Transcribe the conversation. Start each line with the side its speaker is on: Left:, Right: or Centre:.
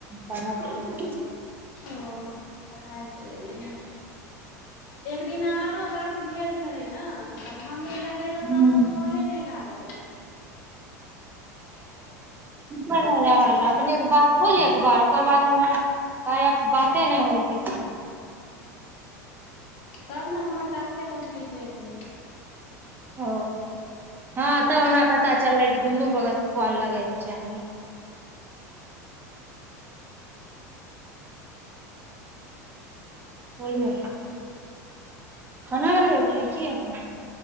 Right: पढाय करे
Left: ओ पढ़ाय चलैया ने। एक दिना आरो बात भेल छलै न तब हमे लग लगेलौ
Right: हम्म।
Left: त आहाँके काॅले नै लागल।
Right: नै रहल अपने के बात होल एक बार ओकर बाद हमर कार्याके बाते नै होल केकरो।
Left: तब न हमर टाक्से कम्प्लीट नैय भेल।
Right: ओ हँ तब हमरा पता चललै कि दुनू बगल के कॉल लगेै के चाही। बोलिये, खाना बनबै छियै कि अपने।